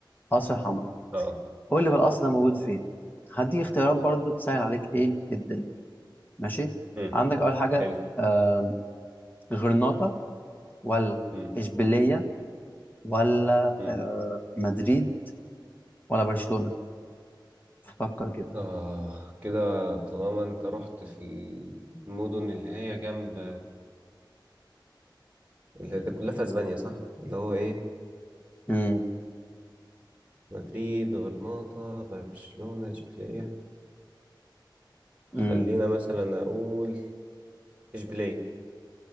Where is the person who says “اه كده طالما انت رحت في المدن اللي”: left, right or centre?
Right